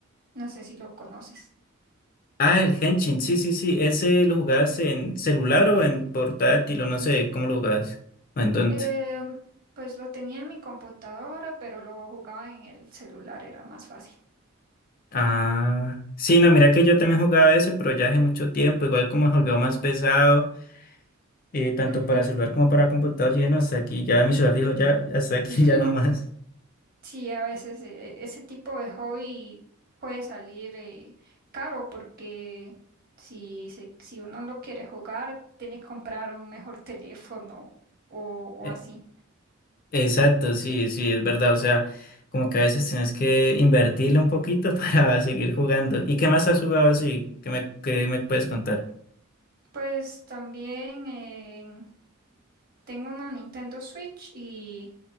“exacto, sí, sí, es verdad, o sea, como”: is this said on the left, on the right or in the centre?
Left